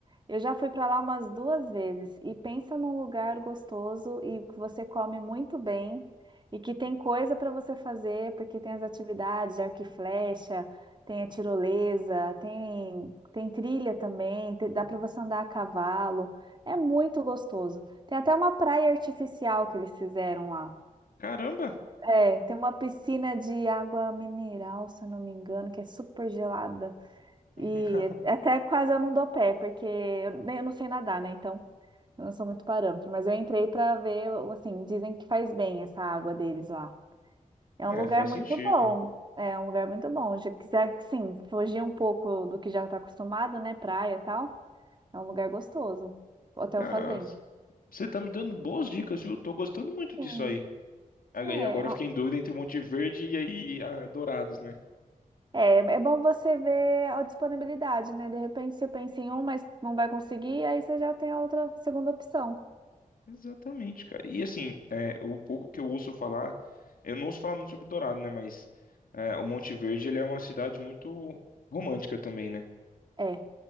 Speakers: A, on the right (about 30°); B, on the left (about 85°).
A: Eu já fui para lá umas duas vezes e pensa num lugar gostoso e que você come muito bem e que tem coisa para você fazer, porque tem as atividades de arco e flecha, tem a tirolesa, tem, tem trilha também, te- dá
B: Hum,
A: para você andar a cavalo. É muito gostoso. Tem até uma praia artificial que eles fizeram lá.
B: Caramba!
A: É, tem uma piscina de água mineral, se eu não me engano, que é super gelada. E
B: <laughs>
A: até quase eu não dou pé, porque eu, nem- eu não sei nadar, né? Então, eu não sou muito parâmetro. Mas eu entrei pra ver, assim, dizem que faz bem essa água deles lá. É
B: É,
A: um lugar
B: faz
A: muito
B: sentido.
A: bom. É um lugar muito bom. Já quiser, sim, fugir um pouco do que já tá acostumado, né? Praia e tal. É um lugar gostoso. Hotel
B: Cara,
A: Fazenda.
B: você tá me dando boas dicas, viu? Tô gostando muito
A: Sim.
B: disso aí. Ag-
A: É,
B: E agora eu fiquei em dúvida entre Monte Verde e aí ah, Dourados, né?
A: É, é bom você ver a disponibilidade, né? De repente você pensa em um, mas não vai conseguir, aí você já tem a outra segunda opção.
B: Exatamente, cara. E assim, é, o pouco que eu ouço falar, eu não ouço falar muito sobre Dourado, né? Mas é, o Monte Verde, ele é uma cidade muito romântica também, né?
A: É.